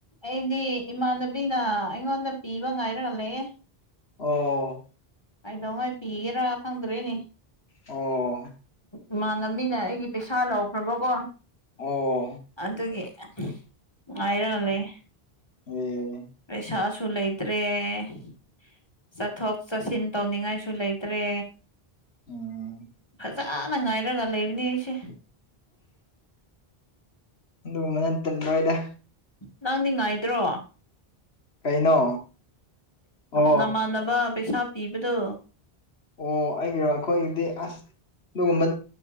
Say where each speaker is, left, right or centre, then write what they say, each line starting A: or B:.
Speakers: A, on the left; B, on the left.
A: ꯑꯩꯗꯤ ꯏꯃꯥꯟꯅꯕꯤꯅ ꯑꯩꯉꯣꯟꯗ ꯄꯤꯕ ꯉꯥꯏꯔꯒ ꯂꯩꯌꯦ
B: ꯑꯣ
A: ꯀꯩꯗꯣ ꯍꯣꯏ ꯄꯤꯒꯦꯔꯥ ꯈꯪꯗ꯭ꯔꯦꯅꯦ
B: ꯑꯣ
A: ꯏꯃꯥꯟꯅꯕꯤꯅ ꯑꯩꯒꯤ ꯄꯩꯁꯥ ꯂꯧꯈ꯭ꯔꯕꯀꯣ
B: ꯑꯣ
A: ꯑꯗꯨꯒꯤ ꯉꯥꯏꯔꯒ ꯂꯩ
B: ꯑꯦ
A: ꯄꯩꯁꯥꯁꯨ ꯂꯩ ꯇ꯭ꯔꯦ ꯆꯠꯊꯣꯛ ꯆꯠꯁꯤꯟ ꯇꯧꯅꯤꯡꯉꯥꯏꯁꯨ ꯂꯩꯇ꯭ꯔꯦ
B: ꯎꯝ
A: ꯐꯖꯅ ꯉꯥꯏꯔꯒ ꯂꯩꯕꯅꯦ ꯑꯩꯁꯦ
B: ꯑꯗꯨꯒꯨꯝꯕꯅ ꯇꯤꯟꯕ꯭ꯔꯣꯏꯗ
A: ꯅꯪꯗꯤ ꯉꯥꯏꯗ꯭ꯔꯣ
B: ꯀꯩꯅꯣ ꯑꯣ
A: ꯅꯃꯥꯟꯅꯕ ꯄꯩꯁꯥ ꯄꯤꯕꯗꯣ
B: ꯑꯣ ꯑꯩꯒꯤꯔꯣ ꯑꯩꯈꯣꯏꯒꯤꯗꯤ ꯑꯁ ꯑꯗꯨꯒꯨꯝꯕ